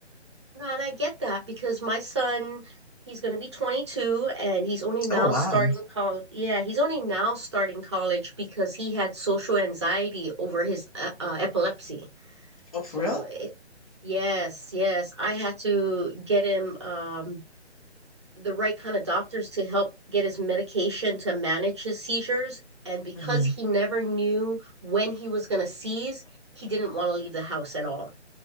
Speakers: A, on the right; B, on the left.
A: Nah, And I get that because my son, he's going to be 22 and he's only now
B: Oh, wow.
A: starting college. Yeah, he's only now starting college because he had social anxiety over his uh, uh, epilepsy.
B: Oh, for
A: So,
B: real?
A: it, yes, yes, I had to get him um, the right kind of doctors to help get his medication to manage his seizures. And because
B: Mhm.
A: he never knew when he was going to seize, he didn't want to leave the house at all.